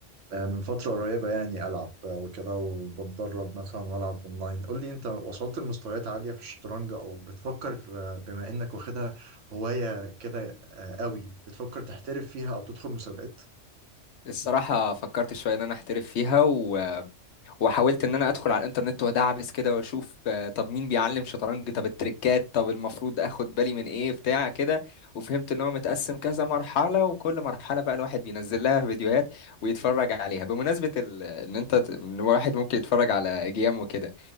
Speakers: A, on the right; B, on the left.
A: آه، من فترة قريبة يعني ألعب آه، وكده وبتدرب مثلا وألعب أونلاين قول لي أنت وصلت لمستويات عالية في الشطرنج أو بتفكر آه، بما إنك واخدها هواية كده آه، قوي بتفكر تحترف فيها أو تدخل مسابقات؟
B: الصراحه فكرت شويه ان انا احترف فيها و... وحاولت ان انا ادخل على الانترنت وادعبس كده واشوف آه، طب مين بيعلم شطرنج طب التريكات طب المفروض اخد بالي من ايه بتاع كده وفهمت ان هو متقسم كذا مرحلة وكل مرحلة بقى الواحد بينزل لها فيديوهات ويتفرج عليها بمناسبة ال... ان انت ت- ان الواحد ممكن يتفرج على جيم وكده